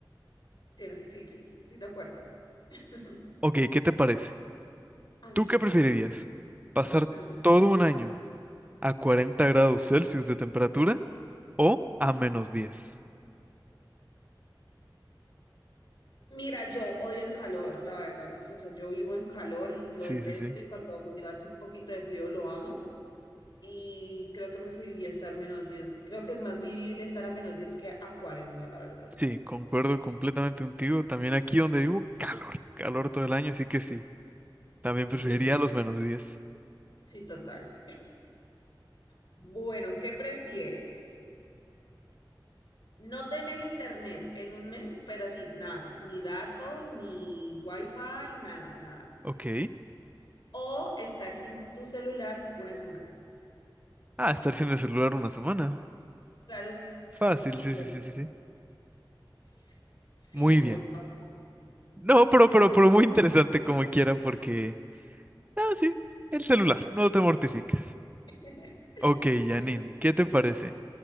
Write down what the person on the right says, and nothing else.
Ok, ¿qué te parece?
¿Tú qué preferirías? ¿Pasar
todo un año a 40 grados Celsius de temperatura o a menos diez
Sí,
sí, sí.
Sí, concuerdo completamente contigo. También aquí donde vivo, calor, calor todo el año, así que sí, también preferiría
los menos diez
Ok.
Ah, estar sin el celular una semana.
Fácil,
sí,
sí, sí, sí, sí.
Muy
bien.
No, pero, pero, pero muy interesante como quiera porque... Ah, sí, el celular, no te mortifiques.
Ok,
Janine, ¿qué te parece?